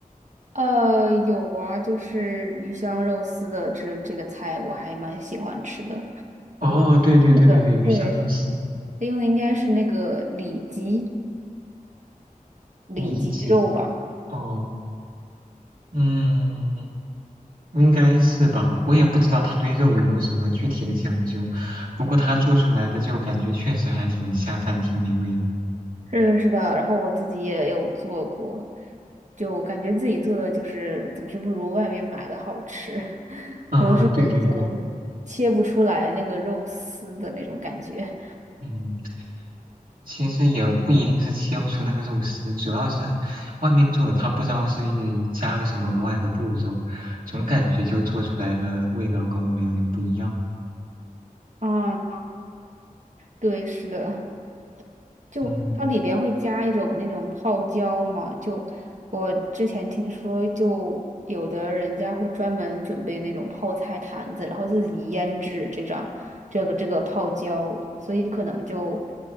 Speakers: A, on the right (about 55°); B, on the right (about 75°).
A: 呃，有啊，就是鱼香肉丝的这这个菜我还蛮喜欢吃的。
B: 哦，对对对对对，
A: 那个对，
B: 鱼香肉丝，
A: 用的应该是那个里脊。里脊肉吧。
B: 里脊，哦，嗯，应该是吧，我也不知道他对肉有没有什么具体的讲究，不过他做出来的就感觉确实还挺下饭，挺美味的。
A: 是的，是的。然后我自己也有做过，就感觉自己做的就是总是不如外面买的好吃，<laughs>
B: 啊，
A: 可能是我就切不出来那个肉丝的那种感觉。
B: 对对对，嗯。其实也不一定是切不出那个肉丝，主要是外面做的，他不知道是加了什么额外的步骤，总感觉就做出来的味道跟我们有点不一样。
A: 啊，对，是的。就它里边会加一种那种泡椒嘛，
B: 嗯，
A: 就我之前听说，就有的人家会专门准备那种泡菜坛子，然后自己腌制这张这个这个泡椒，所以可能就